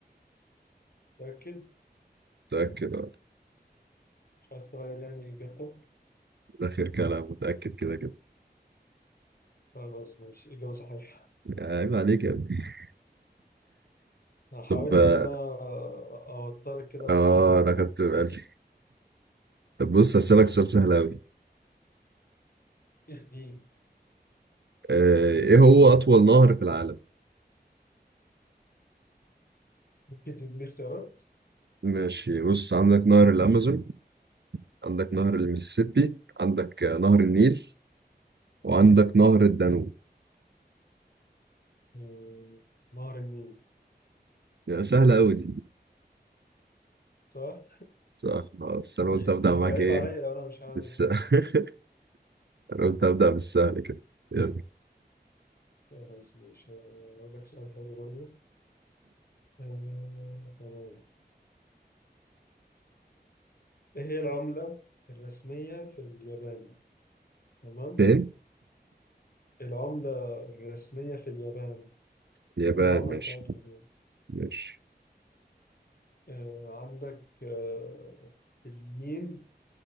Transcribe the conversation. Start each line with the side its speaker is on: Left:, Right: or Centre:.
Left: متأكد
Right: متأكد آه،
Left: مش عايز تغير يعني إجابتك
Right: ده آخر كلام متأكد كده كده
Left: خلاص ماشي إجابة صحيحة
Right: عيب عليك يا ابني
Left: أنا حاولت
Right: طب اه
Left: إن أنا أ- أوترك كده بس
Right: آه،
Left: أنت
Right: انا خدت بالي
Left: ماشي
Right: طب بص هسألك
Left: ماشي
Right: سؤال سهل أوي
Left: الدين
Right: آه، إيه هو أطول نهر في العالم؟
Left: ممكن تديني اختيارات
Right: ماشي بص عندك نهر الأمازون عندك نهر المسيسيبي عندك آه، نهر النيل وعندك نهر الدانوب
Left: آه، نهر النيل
Right: يعني سهلة أوي دي
Left: صح؟
Right: صح آه، بس
Left: طب
Right: أنا قلت
Left: بي-
Right: أبدأ
Left: بيبقى
Right: معاك
Left: عيب
Right: إيه
Left: عليا لو أنا مش عارف
Right: بس
Left: طبعا
Right: <laughs> أنا قلت أبدأ بالسهل كده يلا
Left: خلاص ماشي هقول لك سؤال حلو برضه آه، تمام ايه هي العملة الرسمية في اليابان تمام
Right: فين؟
Left: العملة الرسمية في اليابان
Right: اليابان
Left: العملة
Right: ماشي
Left: بتاعتهم
Right: ماشي
Left: يعني آه عندك آه الين